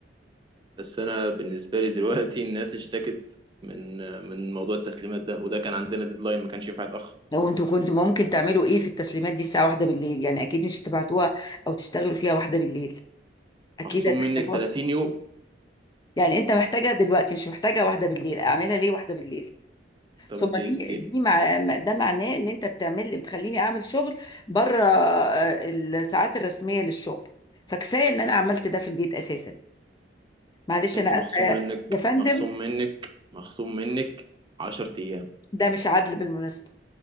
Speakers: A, on the right; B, on the left.
A: بس انا بالنسبه لي دلوقتي الناس اشتكت من من موضوع التسليمات ده وده كان عندنا ديدلاين ما كانش ينفع يتاخر
B: لو انتوا كنتوا ممكن تعملوا ايه في التسليمات دي الساعة واحدة بالليل يعني أكيد مش تبعتوها أو تشتغلوا فيها واحدة بالليل أكيد
A: مخصوم
B: هتحتاجوها
A: منك 30
B: الصبح.
A: يوم
B: يعني أنت محتاجها دلوقتي مش محتاجها واحدة بالليل أعملها ليه واحدة بالليل
A: طب
B: ثم
A: انت
B: دي
A: انت
B: دي مع مع- ده معناه ان انت بتعمل بتخليني اعمل شغل بره آه، الساعات الرسميه للشغل فكفايه ان انا عملت ده في البيت اساسا معلش
A: انت
B: انا
A: مخصوم
B: اسفه يا
A: منك
B: يا فندم
A: مخصوم منك مخصوم منك 10 ايام
B: ده مش عدل بالمناسبه